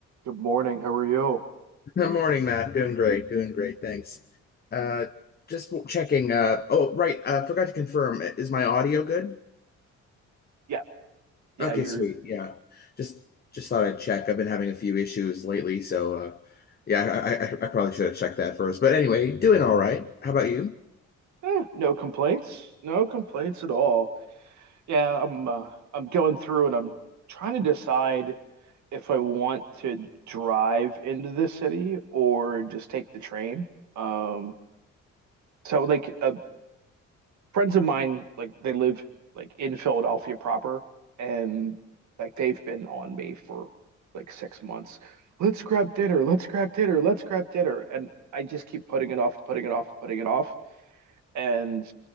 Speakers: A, on the right (about 70°); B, on the left (about 30°).
A: Good morning. How are you?
B: Good morning, Matt. Doing great. Doing great. Thanks. Uh, just w- checking. Uh, oh, right. Uh, forgot to confirm. I- Is my audio good?
A: Yeah, yeah.
B: Okay,
A: you're
B: sweet. Yeah. Just just thought I'd check. I've been having a few issues lately, so uh, yeah, I, I, I probably should have checked that first. But anyway, doing all right. How about you?
A: eh, no complaints. No complaints at all. Yeah, I'm uh, I'm going through and I'm trying to decide if I want to drive into the city or just take the train. Um, so like uh, friends of mine, like they live like in Philadelphia proper, and like they've been on me for like six months. Let's grab dinner. Let's grab dinner. Let's grab dinner. And I just keep putting it off, putting it off, putting it off. and